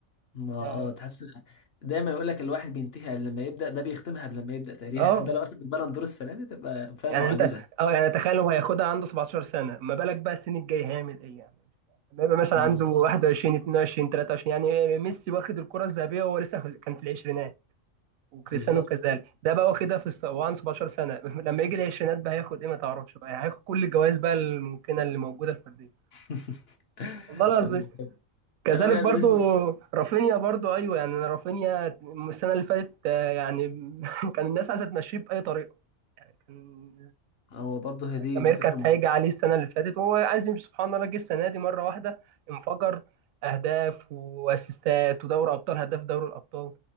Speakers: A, on the left; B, on the right.
A: ما اه
B: يعني
A: تحس دايما يقول لك الواحد بينتهي قبل ما يبدأ ده بيختمها قبل ما يبدأ تقريبا
B: اه
A: <laughs> ده لو اخد البالون دور السنة دي تبقى فاهم
B: يعني
A: معجزة
B: انت اه يعني تخيل هو هياخدها عنده 17 سنه ما بالك بقى السنين الجايه هيعمل ايه يعني لما يبقى مثلا
A: ما
B: عنده
A: هو بالظبط
B: 21 22 23 يعني ميسي واخد الكرة الذهبية وهو لسه في- كان في العشرينات وكريستيانو
A: بالظبط
B: كذلك ده بقى واخدها في الس- وعنده 17 سنة <laughs> لما يجي العشرينات بقى هياخد ايه ما تعرفش بقى هياخد كل الجوائز بقى الممكنة اللي موجودة الفردية
A: <laughs>
B: والله العظيم
A: ده بالظبط
B: كذلك
A: انا بقى
B: برضو
A: بالنسبة لي-
B: رافينيا برضو ايوه يعني أنا رافينيا السنة اللي فاتت آه، يعني <laughs> كان الناس عايزة تمشيه بأي طريقة كان
A: هو برضه هي دي
B: امير
A: دي فكرة
B: كانت
A: مد-
B: هايجة عليه السنه اللي فاتت وهو عايز يمشي سبحان الله جه السنه دي مره واحده انفجر اهداف واسيستات ودوري ابطال هداف دوري الابطال